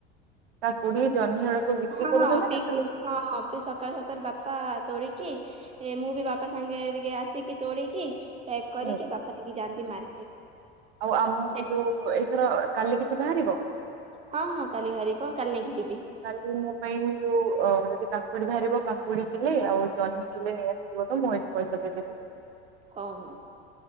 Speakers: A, on the right (about 70°); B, on the right (about 20°).
A: କାକୁଡି, ଜହ୍ନିଆଡା ସବୁ ବିକ୍ରି
B: ହଁ
A: କରୁଛନ୍ତି
B: ବି
A: ନା ଖାଲି
B: ହଁ ବି ସକାଳୁ ସକାଳୁ ବାପା ତୋଳିକି ଏ ମୁଁ ବି ବାପା ସାଙ୍ଗେ ଟିକେ ଆସିକି ତୋଡିକି ପ୍ୟାକ୍ କରିକି
A: ହୁଁ
B: ବାପା ନେଇକି ଯାଆନ୍ତି ମାର୍କେଟ
A: ଆଉ ଆମ
B: ସେ
A: ଯୋଉ ଏଇଥର କାଲି କିଛି ବାହାରିବ?
B: ହଁ ହଁ କାଲି ହରିବ କାଲି ନେଇକି ଯିବି।
A: କାଲି ମୋ ପାଇଁ ଯୋଉ ଯଦି କାକୁଡି ବାହାରିବ କାକୁଡି କିଲେ ଆଉ ଜହ୍ନି କିଲେ ନେଇଆସିଥିବ ତ ମୁଁ ଏଠି ପଇସା ଦେଇଦେବି।
B: ହଉ ମ।